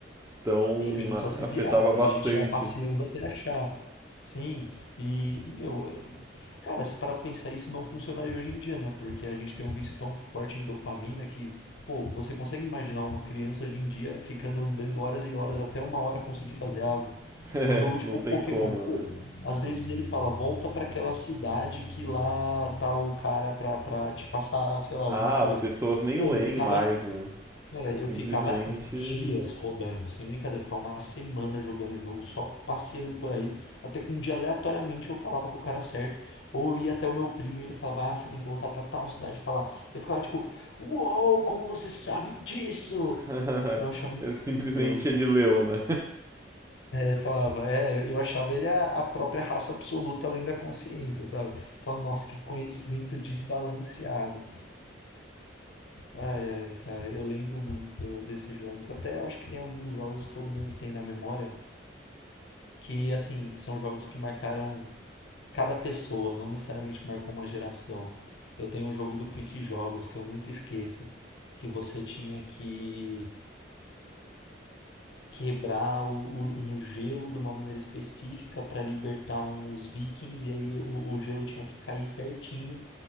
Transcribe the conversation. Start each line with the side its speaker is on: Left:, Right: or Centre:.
Right: Então,
Left: Sim, a gente só se
Right: a-
Left: virava,
Right: afetava bastante.
Left: a gente ia passeando
Right: <laughs>
Left: até achar. Sim, e, meu, é- cara, se para pensar, isso não funcionaria hoje em dia, né? Porque a gente tem um vício tão forte em dopamina que, pô, você consegue imaginar uma criança hoje em dia ficando andando horas e horas até uma hora conseguir fazer algo?
Right: É,
Left: Num jogo tipo
Right: não tem
Left: Pokémon,
Right: como,
Left: pô,
Right: né?
Left: às vezes ele fala, volta pra aquela cidade que lá tá o cara pra, pra te passar, sei lá, alguma
Right: Ah,
Left: coisa.
Right: as pessoas nem
Left: Pô,
Right: leem
Left: eu ficava
Right: mais, né?
Left: Cara, eu
Right: Simplesmente
Left: ficava dias rodando, sem brincadeira, eu ficava uma semana jogando o jogo, só passeando por aí, até que um dia aleatoriamente eu falava com o cara certo, ou eu ia até o meu primo e ele falava, ah, você tem que voltar pra tal cidade e falar. Eu ficava tipo, uou, como você sabe disso?
Right: <laughs>
Left: Eu achava incrível.
Right: Simplesmente ele leu, né?
Left: É, Ele falava, é, eu achava ele a, a própria raça absoluta além da consciência, sabe? Falava, nossa, que conhecimento desbalanceado. Ai, ai, cara, eu lembro muito desses jogos. Até eu acho que tem alguns jogos que todo mundo tem na memória que, assim, são jogos que marcaram cada pessoa, não necessariamente marcou uma geração. Eu tenho um jogo do Clique Jogos que eu nunca esqueço, que você tinha que quebrar o, o- um gelo de uma maneira específica para libertar uns vikings, e aí o, o gelo tinha que cair certinho.